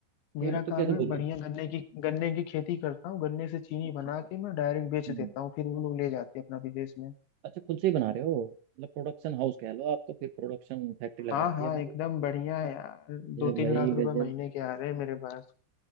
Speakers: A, on the right; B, on the left.
A: फिर
B: मेरा
A: तो
B: काम
A: कैसे बोल
B: है
A: रहे
B: बढ़िया
A: हो
B: गन्ने की गन्ने की खेती करता हूँ गन्ने से चीनी
A: अच्छा
B: बना
A: अच्छा अच्छा
B: के मैं डायरेक्ट बेच
A: हम्म
B: देता हूँ फिर वो लोग ले जाते हैं अपना विदेश में
A: अच्छा खुद से ही बना रहे हो मतलब प्रोडक्शन हाउस कह लो आप तो फिर प्रोडक्शन फैक्ट्री लगा
B: हाँ
A: रखी
B: हाँ
A: है आपने
B: एकदम बढ़िया है यार
A: ये
B: दो तीन
A: भाई
B: लाख
A: गजब
B: रुपए महीने के आ रहे हैं मेरे पास